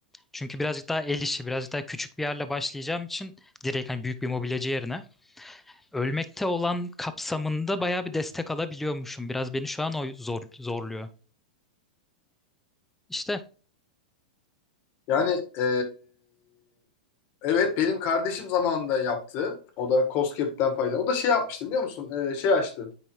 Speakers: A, in the centre; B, on the left.
A: Çünkü birazcık daha el işi, birazcık daha küçük bir yerle başlayacağım için direkt hani büyük bir mobilyacı yerine. Ölmekte olan kapsamında bayağı bir destek alabiliyormuşum. Biraz beni şu an o zor, zorluyor. İşte
B: Yani e, evet benim kardeşim zamanında yaptı. O da COSGAP'ten fayda. O da şey yapmıştı biliyor musun? E, şey açtı.